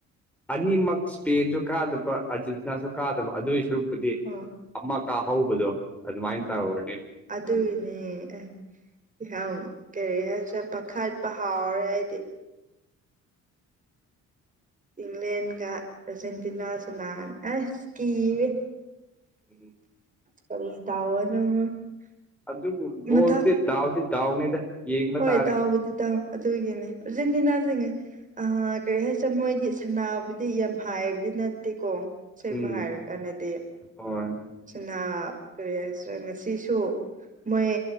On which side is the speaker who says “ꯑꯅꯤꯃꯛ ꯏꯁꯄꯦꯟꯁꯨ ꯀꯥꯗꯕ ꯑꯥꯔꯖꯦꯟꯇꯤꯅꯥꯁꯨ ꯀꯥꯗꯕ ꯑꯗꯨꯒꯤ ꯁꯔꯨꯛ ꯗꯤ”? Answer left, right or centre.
Centre